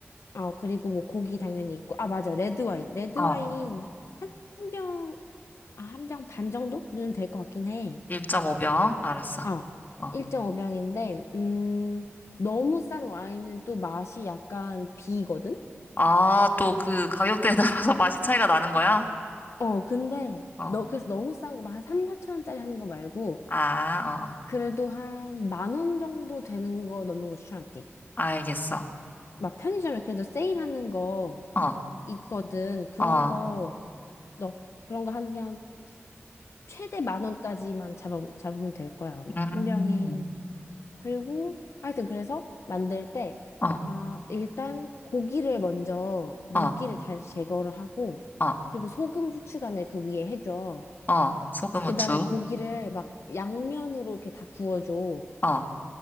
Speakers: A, on the left (about 85°); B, on the left (about 45°).
A: 어, 그리고 뭐 고기 당연히 있고. 아, 맞아. 레드와인. 레드와인
B: 어,
A: 한, 한 병, 아, 한 병 반 정도는 될 것 같긴 해.
B: 1.5병. 알았어.
A: 어,
B: 어,
A: 1.5병인데, 음, 너무 싼 와인은 또 맛이 약간 비거든?
B: 아, 또 그 가격대에 따라서 <laughs> 맛이 차이가 나는 거야?
A: 어, 근데,
B: 어,
A: 너, 그래서 너무 싼 거, 막한 3, 4천 원짜리 하는 거 말고,
B: 아, 어, 어.
A: 그래도 한 만 원 정도 되는 거 넘는 거 추천할게.
B: 알겠어.
A: 막 편의점에 그래도 세일하는 거
B: 어,
A: 있거든. 그런
B: 어,
A: 거, 너, 그런 거 한 그냥 최대 만 원까지만 잡아, 잡으면 될 거야, 아마.
B: 음,
A: 한 병이. 그리고, 하여튼, 그래서 만들 때,
B: 어,
A: 아, 일단 고기를 먼저 물기를
B: 어,
A: 잘 제거를 하고,
B: 어,
A: 그리고 소금, 후추 간을 그 위에 해줘.
B: 어. 소금,
A: 그
B: 후추.
A: 다음에 고기를 막 양면으로 이렇게 다 구워줘.
B: 어